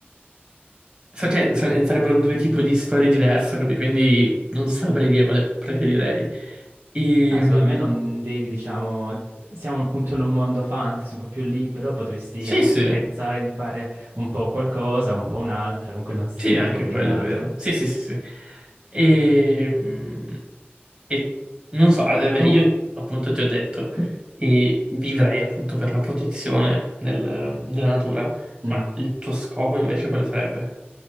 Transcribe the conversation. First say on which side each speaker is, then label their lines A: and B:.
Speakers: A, on the right; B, on the right.
A: sa- cioè, sare- sarebbero due tipi di storie diverse, capi? Quindi non saprei dire quale preferirei. Ehm,
B: Ah, secondo me non devi, diciamo, siamo appunto in un mondo fantasy un po' più libero, potresti
A: sì,
B: appunto
A: sì,
B: pensare di fare un po' qualcosa, un po' un'altra, comunque non sei
A: sì, anche
B: obbligato.
A: quello è vero. Sì, sì, sì, sì. Ehm, E, non so, eh, beh,
B: Tu,
A: io appunto ti ho detto, e vivrei appunto per la protezione del- della natura,
B: mm,
A: ma il tuo scopo invece quale sarebbe?